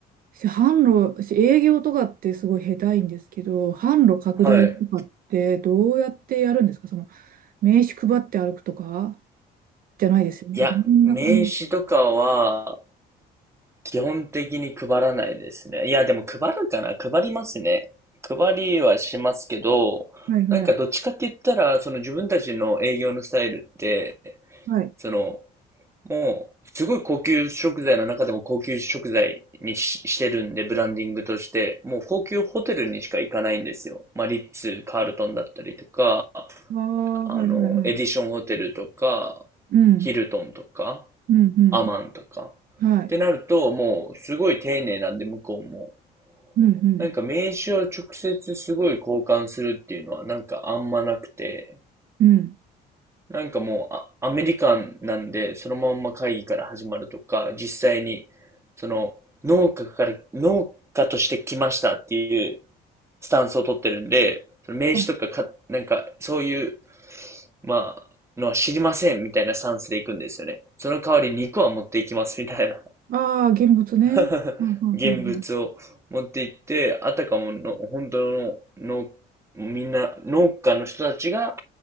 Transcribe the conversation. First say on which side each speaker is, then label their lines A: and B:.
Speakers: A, on the right; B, on the right.
A: し販路、私営業とかってすごい下手いんですけど、販路拡大とかってどうやってやるんですかその、
B: はい。
A: 名刺配って歩くとかじゃないですよね。
B: いや、
A: どんな感じ
B: 名刺とかは、基本的に配らないですね。いや、でも配るかな配りますね。配りはしますけど、
A: はいはい。
B: なんかどっちかって言ったら、その自分たちの営業のスタイルって、
A: はい。
B: そのもう、すごい高級食材の中でも高級食材にし、してるんで、ブランディングとして、もう高級ホテルにしか行かないんですよ。まあ、リッツ、カールトンだったりとか、
A: ああ、
B: あの、
A: はいはいはい。
B: エディションホテルとか、
A: うん。
B: ヒルトンとか、
A: うんうん。
B: アマンとか。
A: はい。
B: ってなると、もう、すごい丁寧なんで、向こうも。
A: うんうん。
B: なんか名刺を直接すごい交換するっていうのはなんかあんまなくて、
A: うん。
B: なんかもう、あアメリカンなんで、そのまんま会議から始まるとか、実際に、その、農家から、農家として来ましたっていうスタンスを取ってるんで、その名刺とかか、
A: はい
B: なんか、そういう、まあ、のは知りませんみたいなスタンスで行くんですよね。その代わり肉は持っていきますみたいな。
A: ああ、現物ね。
B: <laughs>
A: はんはんはんはん
B: 現物を持って行って、あたかもの、本当の農、みんな農家の人たちが